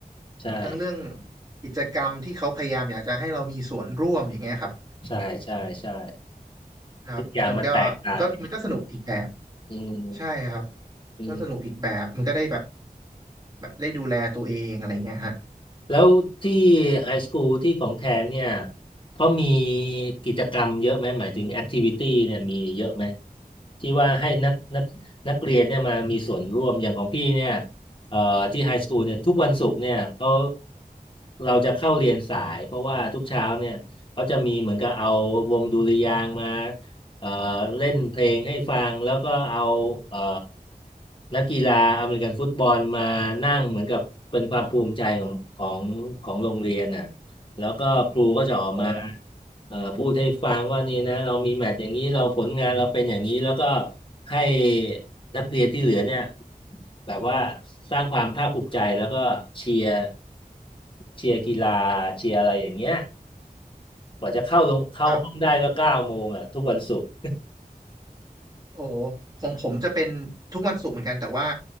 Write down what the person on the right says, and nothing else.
ทั้งเรื่องกิจกรรมที่เขาพยายามอยากจะให้เรามีส่วนร่วมอย่างเงี้ยครับ
ครับมันก็มันก็มันก็สนุกอีกแบบ
ใช่ครับ
ก็สนุกอีกแบบมันก็ได้แบบแบบได้ดูแลตัวเองอะไรเงี้ยฮะ
อ๋อ
ครับ โอ้ของผมจะเป็นทุกวันศุกร์เหมือนกันแต่ว่า